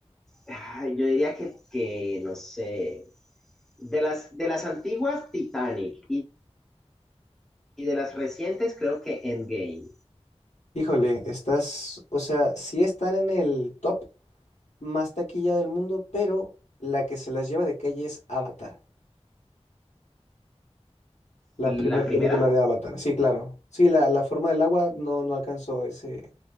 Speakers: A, in the centre; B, on the left.
A: Ah, Yo diría que, que, no sé, de las, de las antiguas Titanic y, y de las recientes creo que Endgame.
B: Híjole, estás, o sea, sí están en el top más taquilla del mundo, pero la que se las lleva de calle es Avatar. La
A: La
B: primera película
A: primera,
B: de Avatar, sí, claro. Sí, la, la forma del agua no, no alcanzó ese,